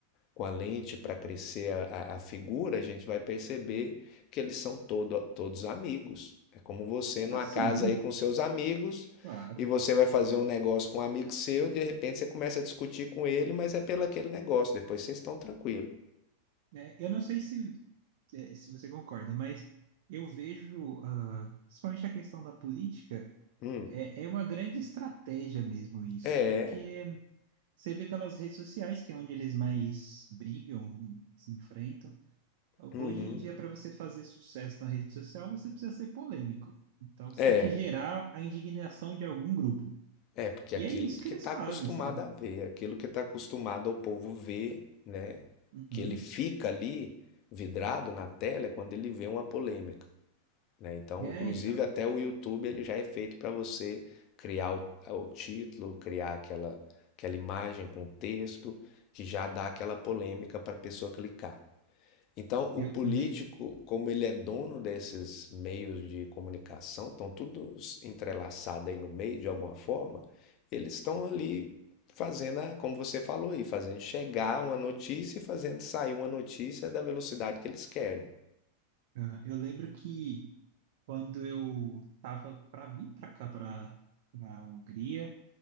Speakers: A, on the left; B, on the right.
A: com a lente para crescer a, a, a figura, a gente vai perceber que eles são todo, todos amigos. É como você numa
B: assim,
A: casa aí com seus amigos
B: claro.
A: e você vai fazer um negócio com um amigo seu, e de repente você começa a discutir com ele, mas é pelo aquele negócio, depois vocês estão tranquilos.
B: É, eu não sei se, é, se você concorda, mas eu vejo, ah, principalmente a questão da política,
A: Hum,
B: é, é uma grande estratégia mesmo isso,
A: é,
B: porque Você vê pelas redes sociais que é onde eles mais brigam e se enfrentam. Hoje
A: uhum,
B: em dia, para você fazer sucesso na rede social, você precisa ser polêmico. Então, você
A: é,
B: tem que gerar a indignação de algum grupo.
A: é, porque
B: E
A: aquilo
B: é isso que
A: que
B: eles
A: está
B: fazem,
A: acostumado
B: sabe?
A: a ver, aquilo que está acostumado ao povo ver, né?
B: Uhum.
A: Que ele fica ali vidrado na tela é quando ele vê uma polêmica. né? Então,
B: É,
A: inclusive
B: então.
A: até o YouTube ele já é feito para você criar o, o título, criar aquela, aquela imagem com texto que já dá aquela polêmica para a pessoa clicar. Então, o
B: Eu,
A: político,
B: eu, lem-
A: como ele é dono desses meios de comunicação, estão todos entrelaçados aí no meio de alguma forma, eles estão ali fazendo, a- como você falou aí, fazendo chegar uma notícia e fazendo sair uma notícia da velocidade que eles querem.
B: aham, eu lembro que quando eu tava para vir para cá, para a Hungria,